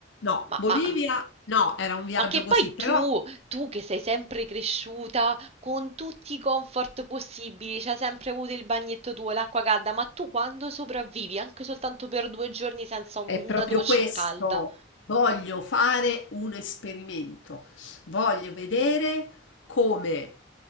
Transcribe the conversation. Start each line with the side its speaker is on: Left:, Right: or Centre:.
Left: No,
Right: Ma,
Left: Bolivia,
Right: ma,
Left: no,
Right: ma-
Left: era un viaggio
Right: ma che
Left: così,
Right: poi
Left: però...
Right: tu, tu che sei sempre cresciuta con tutti i comfort possibili, c'hai sempre avuto il bagnetto tuo, l'acqua calda, ma tu quando sopravvivi anche soltanto per due giorni senza un-
Left: È proprio
Right: una doccia
Left: questo.
Right: calda,
Left: Voglio fare un esperimento. Voglio vedere come